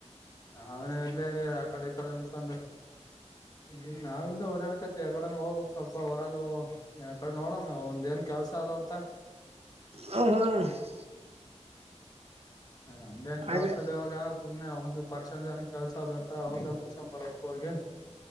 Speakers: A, on the left (about 30°); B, on the right (about 60°).
A: ಅವನ ಎಲ್ಲೇ ಆ ಕಡೆ ಕಡೆ ಅನ್ಕೊಂಡು ಹ್ಮ ನಾವ ಇಲ್ಲಿ ಓಡಾಡ್ಕ <unintelligible> ಯಕಡೆ ಹೋಗ್ಬೇಕಕ್ ಸ್ವಲ್ಪ ಹೊರಗ ಯ ಕಡೆ ನೋಡಮ್ಮ ಒಂದ ಏನ್ ಕೆಲ್ಸ ಅದ ಅಂತ <unintelligible>
B: ಹ ಹಾ <unintelligible>
A: ನ ನಮ್ದೇನ್ ಕೆಲ್ಸಲ್
B: ಅದೇ
A: ಇವಾಗ ಸುಮನೆ ಒಂದು ಪರ್ಷನ್ ಜನ <unintelligible> ಕೆಲ್ಸಾದಂತ ಒಂದೇ ಮುಕ್ಸ ಬರ್ಬೇಕು ಹಿ